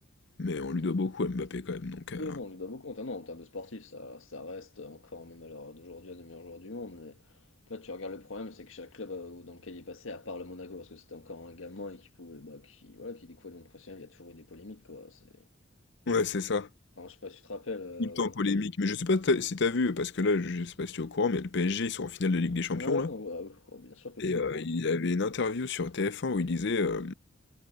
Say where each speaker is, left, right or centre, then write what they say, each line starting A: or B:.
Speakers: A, on the left; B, on the left.
A: Mais on lui doit beaucoup à Mbappé, quand même, donc... euh,
B: Oui, non, on lui doit beaucoup. Ah non, en termes de sportif, ça, ça reste encore, même à l'heure d'aujourd'hui, un des meilleurs joueurs du monde. Mais en fait, tu regardes le problème, c'est que chaque club euh, dans lequel il est passé, à part le Monaco, parce que c'était encore un gamin et qui pouvait, bah, qui, voilà, qui découvrait le monde professionnel, il y a toujours eu des polémiques, quoi. C'est...
A: Ouais, c'est ça.
B: Enfin, je sais pas si tu te rappelles. euh,
A: Tout le temps polémique. Mais je sais pas t'as- si t'as vu, parce que là, je sais pas si tu es au courant, mais le PSG, ils sont en finale de Ligue des Champions,
B: Non,
A: là.
B: non, voilà, oui. Oh, bien sûr que je
A: Et
B: suis
A: euh,
B: au courant.
A: il avait une interview sur TF1 où il disait... euh,